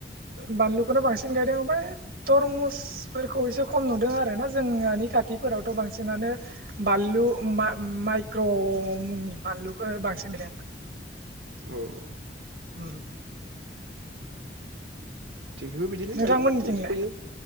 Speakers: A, on the right; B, on the right.
A: बानलुखौनो बांसिन गायदों ओमफ्राय तरमुसफोरखौ एसे खम नुदों आर ना जोंहानि खाथिफोरावथ' बांसिनानो बानलु माइक्र' मुंनि बानलुखौ बांसिन गायदों
B: औ
A: उम
B: जोंथिंबो बिदिनो
A: नोंथांमोननिथिंलाय
B: गायो फोयो